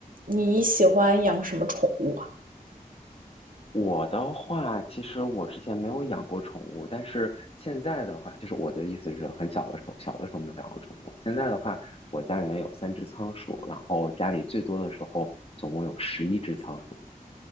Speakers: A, on the right; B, on the left.
A: 你喜欢养什么宠物啊？
B: 我的话，其实我之前没有养过宠物，但是现在的话，就是我的意思是很小的时候，小的时候没有养过宠物。现在的话，我家里面有三只仓鼠，然后家里最多的时候总共有十一只仓鼠。